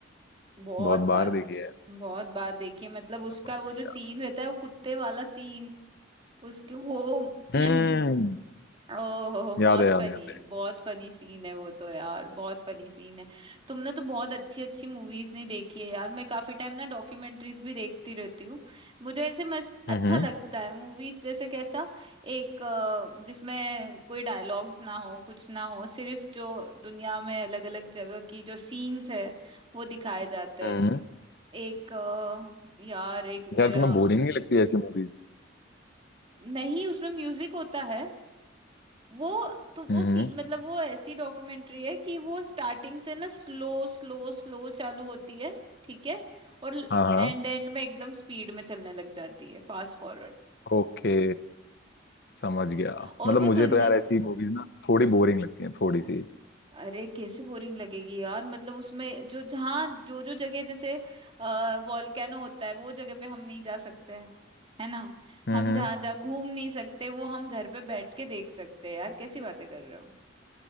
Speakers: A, on the right; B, on the left.
A: बहुत
B: बहुत
A: बार
B: बार देखी है
A: बहुत बार देखी है मतलब उसका
B: सब बार
A: वो
B: देखी
A: जो सीन
B: है।
A: रहता है वो कुत्ते वाला सीन उसके वो <clears throat>
B: हम्म
A: ओहो
B: याद
A: बहुत
B: है याद
A: फनी
B: है याद
A: बहुत फनी सीन है वो तो यार बहुत फनी सीन है तुमने तो बहुत अच्छी अच्छी मूवीज नहीं देखी है यार मैं काफी टाइम ना डॉक्यूमेंट्रीज भी देखती रहती हूँ मुझे ऐसे मस्त अच्छा
B: है हम्म
A: लगता है मूवीज जैसे कैसा एक अ, जिसमें कोई डायलॉग्स ना हो कुछ ना हो सिर्फ जो दुनिया में अलग अलग जगह की जो सीन्स है वो दिखाए जाते
B: हम्म
A: हैं एक अ, यार एक मेरा
B: यार तुम्हें बोरिंग नहीं लगती ऐसी मूवीज
A: नहीं उसमें म्यूजिक होता है वो तुम वो
B: हम्म
A: सी मतलब वो ऐसी डॉक्यूमेंट्री है कि वो स्टार्टिंग से ना स्लो स्लो स्लो चालू होती है ठीक है और
B: हाँ हाँ
A: एंड एंड में एकदम स्पीड में चलने लग जाती है फास्ट फॉरवर्ड
B: ओके समझ गया
A: और
B: मतलब
A: वो
B: मुझे
A: दुनिया
B: तो यार ऐसी मूवीज ना थोड़ी बोरिंग लगती हैं थोड़ी सी
A: अरे कैसे बोरिंग लगेगी यार मतलब उसमें जो जहाँ जो जो जगह जैसे अः वॉल्केनो होता है वो जगह पे हम नहीं जा सकते हैं है ना
B: हम्म
A: हम जहाँ जहाँ घूम नहीं सकते वो हम घर पे बैठ के देख सकते हैं यार कैसी बातें कर रहे हो